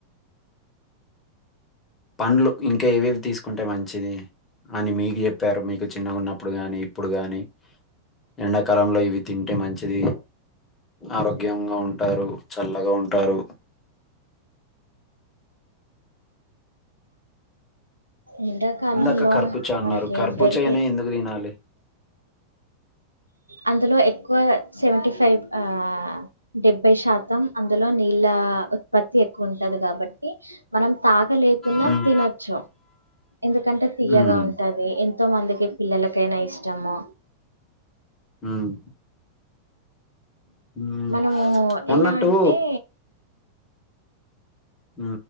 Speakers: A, on the left; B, on the right.
A: పండ్లు ఇంకా ఏవేవి తీసుకుంటే మంచిది అని మీకు చెప్పారు మీకు చిన్నగా ఉన్నప్పుడు కాగాని ఇప్పుడు గాని ఎండాకాలంలో ఇవి తింటే మంచిది ఆరోగ్యంగా ఉంటారు చల్లగా ఉంటారు
B: ఎండ కాలంలో
A: ఇందాక కర్బూజా అన్నారు
B: మనకి
A: కర్బూజానే
B: దొరికే
A: ఎందుకు తినాలి
B: అందులో ఎక్కువ సెవెంటీ ఫైవ్ ఆ డెబ్బై శాతం అందులో నీళ్ళ ఉత్పత్తి ఎక్కువ ఉంటది కాబట్టి మనం తాగ లేకున్నా
A: హ్మ్.
B: తినొచ్చు ఎందుకంటే తీయ్యగా
A: హుహు.
B: ఉంటది అ ఎంతో మందికి పిల్లలకైనా ఇష్టము
A: ఉమ్ హ్మ్.
B: మనము
A: అన్నట్టు
B: ఎలా అంటే
A: హ